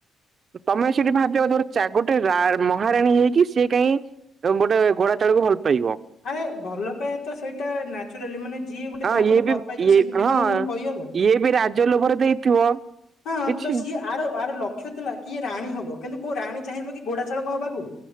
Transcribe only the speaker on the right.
ତମେ ସେଠି ଭାବିବା କଥା ଗୋଟେ ଚା ଗୋଟେ ରୋ ମହାରାଣୀ ହେଇକି ସିଏ କାଇଁ ଗୋଟେ ଘୋଡା ଚାଳକୁ ଭଲ୍ ପାଇବ।
ହଁ
ଇଏ
ବି
ଇଏ
ହଁ
ଇଏ ବି ରାଜ ଲୋଭରେ ଦେଇଥିବ।
କିଛି